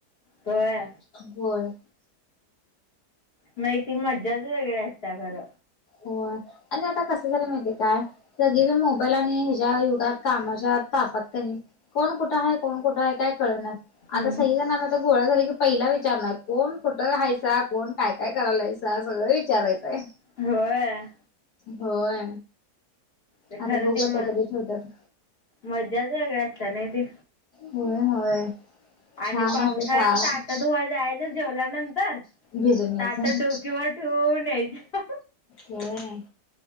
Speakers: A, on the left (about 35°); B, on the left (about 70°).
A: सोया
B: होय.
A: नाहीती मज्जाच वेगळी असत्या खर.
B: होय आणि आता कसं झालय माहितीय काय? सगळी जण मोबाईल आणि ज्या युगात कामाच्या तापात कनी - कोण कुठ हाय? कोण कुठ हाय? काय कळनाच.
A: हम्म
B: आता सगळि जण- फक्त गोळा झाल की पहिला विचारणार, कोण कुठ हायसा? कोण काय काय करालायसा? सगळ विचारायचं हाय.
A: व्हय.
B: होय.
A: ते
B: आत्ता
A: खरं
B: बघूया.
A: ती म
B: आता कधी ठेवत्यात.
A: मज्जाच वेगळी असत्या नाही ती.
B: व्हय. होय.
A: आणि
B: छान
A: पावसाळ्यात
B: असं शाळा
A: ताट धुवाय जायचं जेवल्यानंतर-
B: बिझनेस
A: ताट डोकीवर ठेवून यायच.
B: होय.